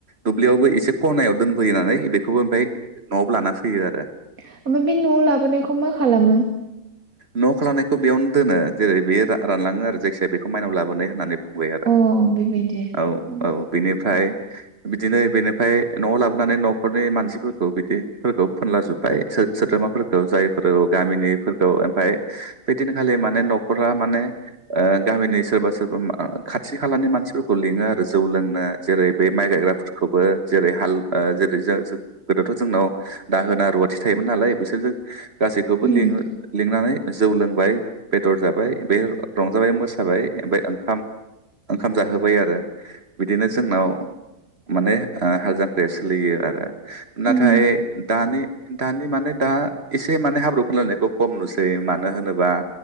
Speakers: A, on the right; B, on the right.
A: दुब्लियावबो एसे खनायाव दोनबोयोनानै बेखौबो ओमफ्राय न'आव लाना फैयो आरो
B: ओमफ्राय बे न'आव लाबोनायखौ मा खालामो
A: न' खालामनायखौ बेयावनो दोनो जेरै बे रा-रानलाङो आरो जायखिजाया बेखौ माइनाव लाबोनाय होननानै बुंबाय आरो
B: अ बेबायदि
A: औ-औ
B: उम
A: बिनिफ्राय बिदिनो बेनिफ्राय न'आव लाबोनानै न'खरनि मानसिफोरखौ बिदिफोरखौ फोनलाजोब्बाय सो-सोद्रोमाफोरखौ जायफोर गामिनिफोर ओमफ्राय बेदिनखालि माने न'खरा माने ओ गामिनि सोरबा सोरबा मा-खाथि खालानि मानसिफोरखौ लिङो आरो जौ लोंनो जेरै बे माइ गायग्राफोरखौबो जेरै हाल ओ जेरै जो-जो गोदोथ' जोंनाव दाहोना रुवाथि थायोमोन नालाय बिसोरजों गासैखौबो
B: उम
A: लिङो लिंनानै जौ लोंबाय बेदर जाबाय बे रंजाबाय मोसाबाय ओमफ्राय ओंखाम ओंखाम जाहोबाय आरो बिदिनो जोंनाव माने हाल जांख्रिया सोलियो आरो नाथाय
B: उम
A: दानि दानि माने दा एसे माने हाब्रु फोनलायनायखौ खम नुसै मानो होनोबा